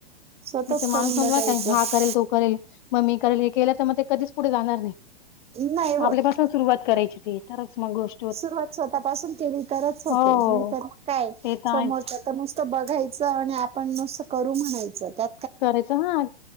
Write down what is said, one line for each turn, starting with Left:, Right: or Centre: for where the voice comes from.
Right: स्वतःच
Left: हे तर माणूस
Right: करून
Left: म्हणणार
Right: बघायचं
Left: काय? हा करेल, तो करेल मग मी केल हे केलं तर मग ते कधीच पुढे जाणार नाही.
Right: नाही होत.
Left: आपल्यापासून सुरुवात करायची ते, तरच मग गोष्ट
Right: सुरवात स्वतःपासून केली तरच होते.
Left: हो,
Right: नाही तरर काय
Left: ते तर
Right: समोर
Left: आहेच.
Right: नुस्तं बघायच. आणि आपण नुस्तं करू म्हणायच त्या
Left: करायच, हा.